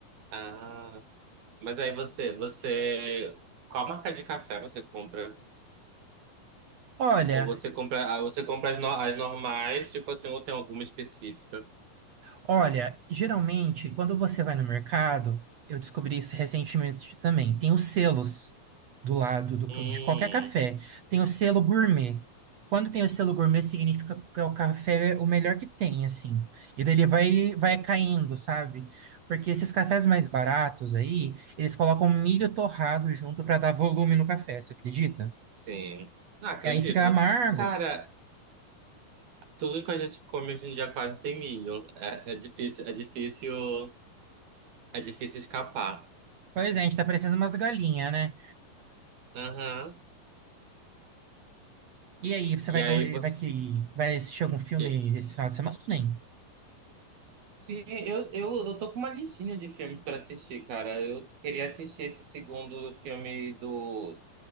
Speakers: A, on the right; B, on the right.
A: Ah. Mas aí você, você, qual marca de café você compra?
B: Olha,
A: Ou você compra, ah, você compra as, no- as normais, tipo assim, ou tem alguma específica?
B: Olha, geralmente, quando você vai no mercado, eu descobri isso recentemente também, tem os selos do lado do
A: Hum,
B: ca- de qualquer café. Tem o selo gourmet. Quando tem o selo gourmet, significa que é o café o melhor que tem, assim. E daí ele vai, vai caindo, sabe? Porque esses cafés mais baratos aí, eles colocam milho torrado junto para dar volume no café, você acredita?
A: sim. Ah, acredito.
B: E aí fica amargo.
A: Cara, tudo que a gente come hoje em dia quase tem milho. É, é difícil, é difícil, é difícil escapar.
B: Pois é, a gente tá parecendo umas galinhas, né?
A: Aham.
B: E aí, você
A: E
B: vai,
A: aí você
B: vai que vai assistir algum filme
A: e-
B: esse final de semana ou nem?
A: Sim, eu, eu, eu tô com uma listinha de filmes pra assistir, cara. Eu queria assistir esse segundo filme do